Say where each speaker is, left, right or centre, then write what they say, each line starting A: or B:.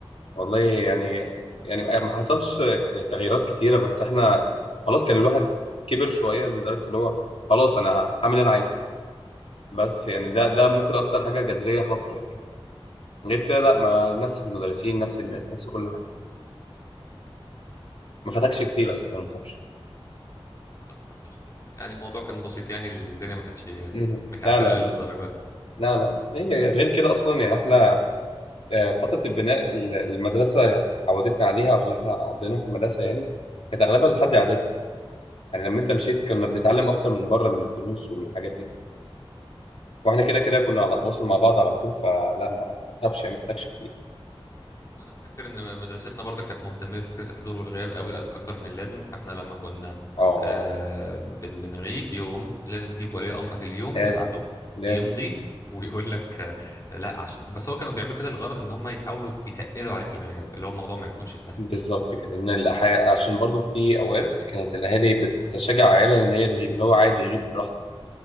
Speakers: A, on the left; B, on the left.
A: والله يعني يعني ما حصلش تغييرات كتيره بس احنا خلاص كان الواحد كبر شويه لدرجه اللي هو خلاص انا هعمل اللي انا عايزه بس يعني ده ده
B: مم.
A: ممكن اكتر حاجه جذريه حصلت يعني غير كده لا ما
B: مم.
A: نفس المدرسين نفس الناس نفس كل حاجه
B: مم.
A: ما فاتكش كتير اصلا ما تخافش
B: طب الحمد لله يعني الموضوع كان بسيط يعني الدنيا ما كانتش
A: مم.
B: مكعبله
A: لا لا
B: للدرجه دي
A: لا لا هي غير كده اصلا يعني احنا آه، فتره البناء ال- المدرسه عودتنا عليها واللي احنا قضيناها في المدرسه يعني كانت اغلبها لحد اعدادي
B: مم.
A: يعني لما انت مشيت كنا
B: بالظبط
A: بنتعلم اكتر من بره من الدروس ومن الحاجات دي واحنا كده كده كنا على تواصل مع بعض على طول فلا ما ما تخافش يعني ما فاتكش كتير
B: وانا فاكر ان مدرستنا برضه كانت مهتمه بفكره الحضور والغياب قوي اكتر من اللازم فاحنا لما كنا
A: اه
B: آه بن بنغيب يوم لازم تجيب ولي امرك اليوم
A: لازم
B: اللي بعده
A: لازم
B: يمضي ويقول لك آه لا عشان بس هو كانوا بيعملوا كده الغرض ان هم يحاولوا يتقلوا عليك الغياب اللي هو الموضوع ما يكونش سهل
A: بالظبط كده لان الحياة عشان برضو في اوقات كانت الاهالي بتشجع عيالها ان هي تغيب اللي هو عادي يغيب براحتك